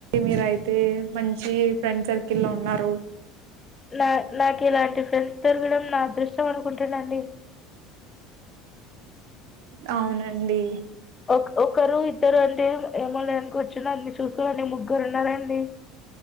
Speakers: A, on the right; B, on the left.
A: మీరయి అయితే మంచి ఫ్రెండ్ సర్కిల్లో ఉన్నారు.
B: నా నాకిలాంటి ఫ్రెండ్స్ దొరకడం నా అదృష్టం అనుకుంటానండి.
A: అవునండి
B: ఒక్ ఒకరు ఇద్దరు అంటే ఏమోలే అనుకోవచ్చు, నన్ను చూసుకోడానికి ముగ్గురు ఉన్నారండి.